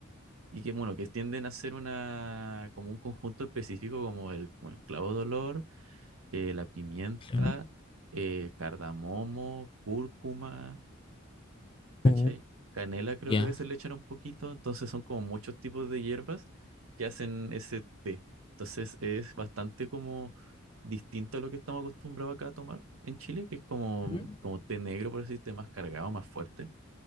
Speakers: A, on the right; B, on the left.
A: Y que, bueno, que tienden a ser una, como un conjunto específico como el, como el clavo de olor, eh, la pimienta,
B: Claro.
A: eh, cardamomo, cúrcuma, ¿cachai?
B: Oh,
A: Canela creo
B: ya.
A: que a veces le echan un poquito, entonces son como muchos tipos de hierbas que hacen ese té. Entonces es bastante como distinto a lo que estamos acostumbrados acá a tomar en Chile, que es como,
B: Ujú,
A: como té negro, por así decirte, más cargado, más fuerte.